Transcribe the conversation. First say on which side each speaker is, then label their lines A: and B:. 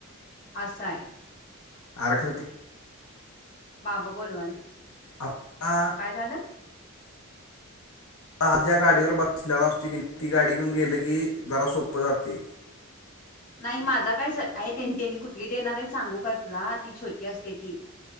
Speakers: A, on the left (about 40°); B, on the left (about 75°).
A: असा हाय.
B: आर्हृती.
A: बाबा बोलवालय
B: आपला
A: काय झालं.
B: आझ्या गाडीवर बसलेला <unintelligible> असत की नाही ती गाडी घेऊन गेल की, जरा सोप जातेय.
A: नाही माझा काय स आहे, त्यांनी त्यांनी कुठली देणार आहे, सांगू काय तुला ती छोटी असते ती.